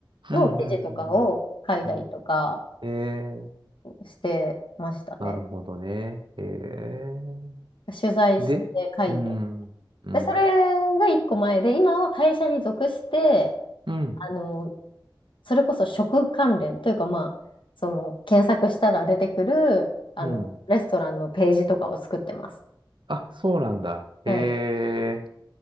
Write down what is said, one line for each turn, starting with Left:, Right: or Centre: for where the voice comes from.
Right: うん、
Left: の記事とかを書いたりとか、
Right: うん、うん、うん。うんえー、
Left: してましたね。
Right: なるほどね。えー、
Left: 取材して書いて。
Right: で、うん、うん、
Left: で、それが一個前で、今は会社に属して、
Right: うん、
Left: あの、それこそ食関連というか、まあ、その、検索したら出てくる、あの、
Right: うん。
Left: レストランのページとかを作ってます。
Right: あ、そうなんだ。
Left: はい。
Right: えー、